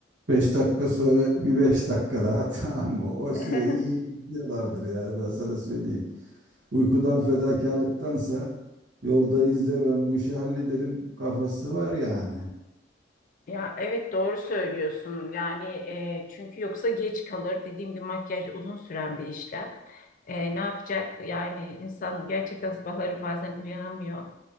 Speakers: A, on the right; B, on the left.
A: 5 dakika sonra bir 5 dakika daha <laughs> tamam mı? O
B: <laughs>
A: süreyi yiyip bitiyorlardır yani ben sana söyleyeyim. Uykudan fedakarlıktansa yolda izle ben bu işi hallederim kafası var yani.
B: Ya evet doğru söylüyorsun. Yani e, çünkü yoksa geç kalır. Dediğim gibi makyaj uzun süren bir işlem. E, ne yapacak? Yani insan gerçekten sabahları bazen uyanamıyor.